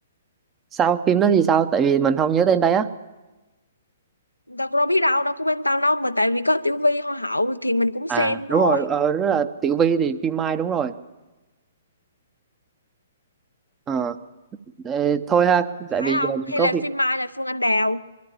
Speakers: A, on the right; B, on the left.
A: sao phim đó thì sao tại vì mình không nhớ tên đấy á
B: đâu có biết đâu đâu có bên tao đâu mà tại vì có Tiểu Vy hoa hậu thì mình cũng
A: à
B: xem
A: đúng
B: thôi
A: rồi ờ rất là Tiểu Vi thì phim Mai đúng rồi ờ ê, thôi ha tại
B: phải
A: vì
B: không
A: giờ mình
B: hay
A: có
B: là
A: việc
B: phim Mai là Phương Anh Đào